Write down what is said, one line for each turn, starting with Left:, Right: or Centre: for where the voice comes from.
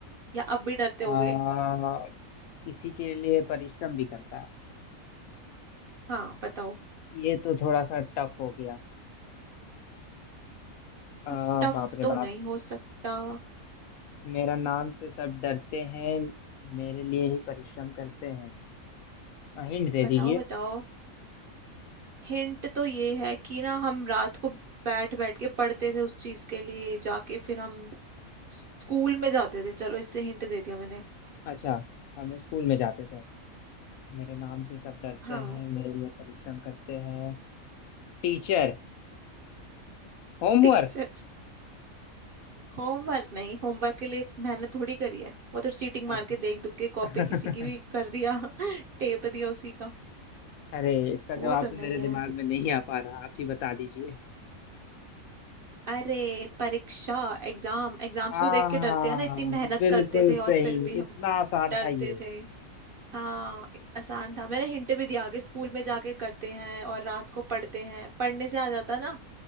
Right: या अब भी डरते
Left: आ,
Right: होगे
Left: इसी के लिए परिश्रम भी करता है
Right: हाँ बताओ
Left: ये तो थोड़ा सा टफ हो गया आ,
Right: टफ टफ
Left: बाप रे
Right: तो
Left: बाप
Right: नहीं हो सकता
Left: मेरा नाम से सब डरते हैं मेरे लिए ही परिश्रम करते हैं हिंट दे
Right: बताओ
Left: दीजिए
Right: बताओ हिंट तो ये है कि ना हम रात को बैठ बैठ के पढ़ते थे उस चीज के लिए जाके फिर हम स्कूल में जाते थे चलो इससे हिंट दे दिया मैंने
Left: अच्छा हम लोग स्कूल में जाते थे मेरे नाम से सब डरते
Right: हाँ
Left: हैं मेरे लिए परिश्रम करते हैं टीचर होमवर्क
Right: टीचर होमवर्क नहीं होमवर्क के लिए मेहनत थोड़ी करी है वो तो चीटिंग
Left: अच्छा
Right: मार के देख दुख के कॉपी
Left: <laughs>
Right: किसी की भी कर दिया <laughs> टेप दिया उसी का
Left: अरे इसका जवाब
Right: वो तो
Left: तो
Right: नहीं
Left: मेरे दिमाग
Right: है
Left: में नहीं आ पा रहा आप ही बता दीजिए
Right: अरे परीक्षा एग्जाम एग्जाम्स
Left: हाँ
Right: को देख के डरते हैं ना इतनी मेहनत
Left: बिल्कुल
Right: करते थे और
Left: सही
Right: फिर भी हम
Left: इतना आसान
Right: डरते
Left: था ये
Right: थे हाँ आसान था मैंने हिंट भी दिया आगे स्कूल में जाके करते हैं और रात को पढ़ते हैं पढ़ने से आ जाता ना